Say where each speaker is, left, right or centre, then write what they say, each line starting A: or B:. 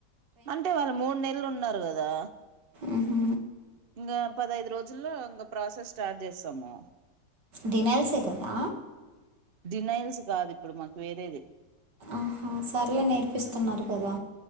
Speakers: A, on the right; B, on the right.
A: అంటే వాళ్ళు మూడు నెలలు ఉన్నారు కదా
B: మ్హూ.
A: ఇంకా పదహైదు రోజుల్లో ఇంకా ప్రాసెస్ స్టార్ట్ చేస్తాము
B: దినాల్సే కదా
A: డినైల్స్ కాదు ఇప్పుడు మాకు వేరేది
B: ఆహా సర్ లే నేర్పిస్తున్నారు కదా